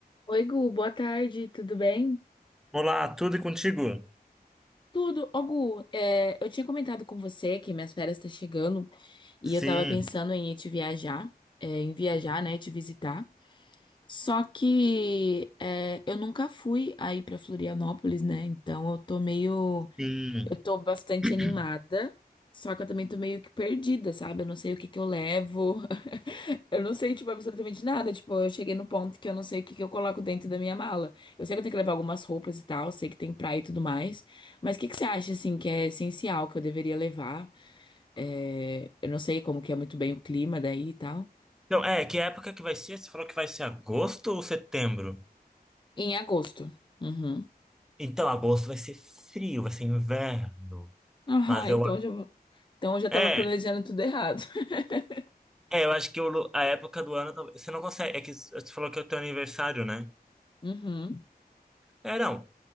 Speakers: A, on the left; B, in the centre.
A: Oi, Gu, boa tarde, tudo bem?
B: Olá, tudo e contigo?
A: Tudo. Ô, Gu, é, eu tinha comentado com você que minhas férias estão chegando e
B: Sim,
A: eu tava pensando em ir te viajar, é, em viajar, né, te visitar. Só que é, eu nunca fui aí pra Florianópolis, né? Então eu tô meio
B: sim.
A: Eu tô bastante
B: <clears throat>
A: animada, só que eu também tô meio que perdida, sabe? Eu não sei o que que eu levo. <laughs> Eu não sei, tipo, absolutamente nada. Tipo, eu cheguei no ponto que eu não sei o que que eu coloco dentro da minha mala. Eu sei que eu tenho que levar algumas roupas e tal, sei que tem praia e tudo mais. Mas o que que você acha, assim, que é essencial, que eu deveria levar? É, Eu não sei como que é muito bem o clima daí e tal.
B: Então, é, que época que vai ser? Você falou que vai ser agosto ou setembro?
A: Em agosto. Uhum.
B: Então, agosto vai ser frio, vai ser inverno.
A: Aham,
B: Mas
A: então
B: eu.
A: eu já vou... Então eu já tava
B: É,
A: planejando tudo errado. <laughs>
B: é, eu acho que o lu- a época do ano. talvez- Você não consegue. É que você falou que é o teu aniversário, né?
A: Uhum.
B: É, não.